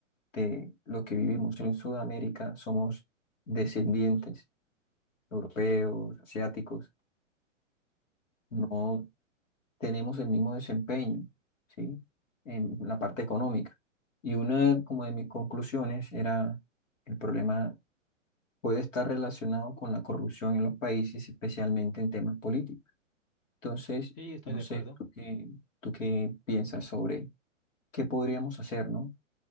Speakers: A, on the left (about 75°); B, on the left (about 35°).
A: de lo que vivimos en Sudamérica somos descendientes europeos, asiáticos. no tenemos el mismo desempeño, ¿sí? En la parte económica. Y una como de mis conclusiones era el problema puede estar relacionado con la corrupción en los países, especialmente en temas políticos. Entonces,
B: sí, estoy
A: no
B: de
A: sé,
B: acuerdo.
A: ¿tú qué, tú qué piensas sobre qué podríamos hacer, ¿no?